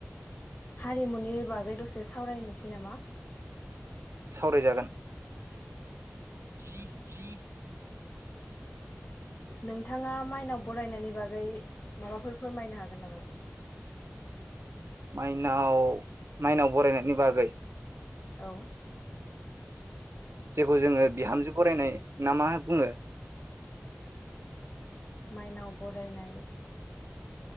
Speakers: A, on the left; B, on the right.
A: हारिमुनि बागै दसे सावरायनोसै नामा
B: सावरायजागोन <inaudible>
A: नोंथाङा माइनाव बरायनायनि बागै माबाफोर फोरमायनो हागोन नामा
B: माइनाव माइनाव बरायनायनि बागै
A: औ
B: जेखौ जोङो बिहामजो बरायनाय ना मा बुङो
A: माइनाव बरायनाय